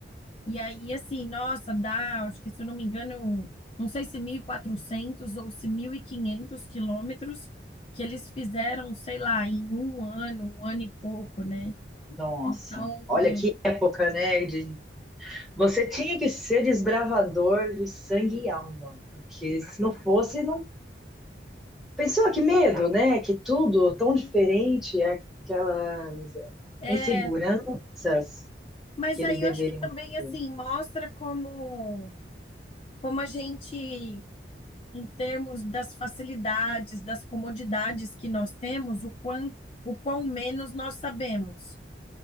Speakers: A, on the left; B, in the centre.
A: E aí, assim, nossa, dá, acho que se eu não me engano, não sei se 1.400 ou se 1.500 quilômetros que eles fizeram, sei lá, em um ano, um ano e pouco, né?
B: Nossa,
A: Então,
B: olha que época, né? de- Você tinha que ser desbravador de sangue e alma, porque se não fosse, não. Pessoa, que medo, né? Que tudo tão diferente, aquelas
A: é.
B: inseguranças.
A: Mas
B: que
A: aí
B: eles deveriam
A: eu acho que também, assim,
B: ter.
A: mostra como, como a gente em termos das facilidades, das comodidades que nós temos, o quão, o quão menos nós sabemos,